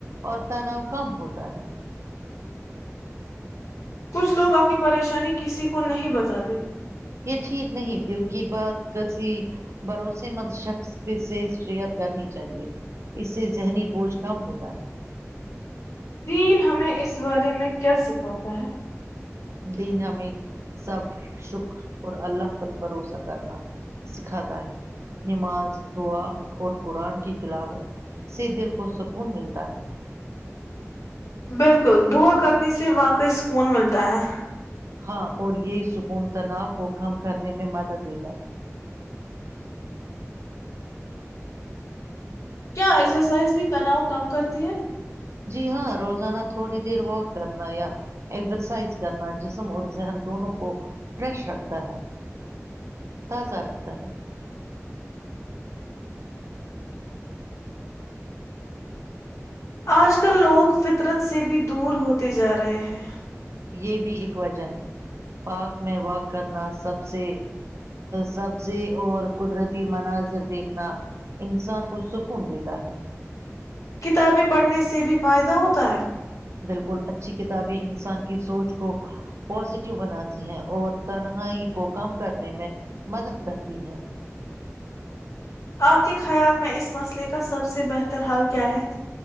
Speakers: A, on the right; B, on the left.
A: اور تناؤ کم ہوتا ہے
B: کچھ لوگ اپنی پریشانی کسی کو نہیں بتاتے
A: یہ ٹھیک نہیں دل کی بات کسی بھروسے مند شخص کی شیئر کرنی چاہیے اس سے ذہنی بوجھ کم ہوتا ہے
B: تین ہمیں اس بارے میں کیا سکھاتا ہے
A: دن ہمیں صبر شکر اور اللہ پر بھروسہ کرنا سکھاتا ہے نماز دعا اور قرآن کی تلاوت سے دل کو سکون ملتا ہے
B: بالکل دعا کرنے سے واںقع سکون ملتا ہے
A: ہاں اور یہ چکون تناؤ کو کم کرنے میں مدد دیتا ہے
B: کیا ایکسرسائز بھی تناؤ کم کرتی ہے
A: جی ہاں روزانہ تھوڑی دیر واک کرنا یا ایکسرسائز کرنا جسم اور ذہن دونوں کو فریش رکھتا ہے تازہ رکھتا ہے
B: آج کل لوگ فطرت سے بھی دور ہوتے جا رہے ہیں
A: یہ بھی ایک وجہ ہے پارک میں واک کرنا سب سے سبزے اور قدرتی مناظر دیکھنا انسان کو سکون دیتا ہے
B: کتابیں پڑھنے سے بھی فائدہ ہوتا ہے
A: بالکل اچھی کتابیں انسان کی سوچ کو پازیٹیو بناتی ہیں اور تنہائی کو کم کرنے میں مدد کرتی ہیں
B: آپ کے خیال میں اس مسئلے کا سب سے بہتر حال کیا ہے